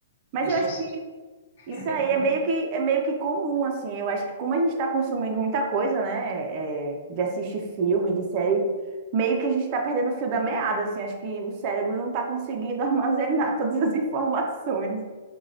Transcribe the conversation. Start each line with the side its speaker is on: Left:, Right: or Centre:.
Right: Mas
Left: Eu
Right: eu
Left: só
Right: acho
Left: sei
Right: que Isso
Left: <laughs>
Right: aí
Left: quando
Right: é meio que, é meio que comum, assim. Eu acho que como a gente está consumindo muita coisa, né? é, de assistir filme, de série, meio que a gente está perdendo o fio da meada, assim. Acho que o cérebro não está conseguindo <laughs> armazenar todas as informações.